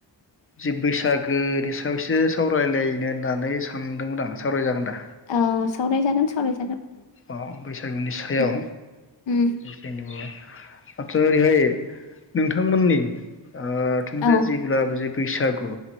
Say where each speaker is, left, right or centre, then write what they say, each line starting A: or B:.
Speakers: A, on the left; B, on the left.
A: जि बैसागोनि सायाव एसे सावरायलायनो होननानै सानदोंमोन आं सावरायजागोन दा?
B: औ सावरायजागोन सावरायजागोन।
A: अ बैसागुनि सायाव
B: उम उम
A: जेनेबा आतचा ओरैहाय नोंथांमोननि <unintelligible>
B: औ
A: जि। बैसागु।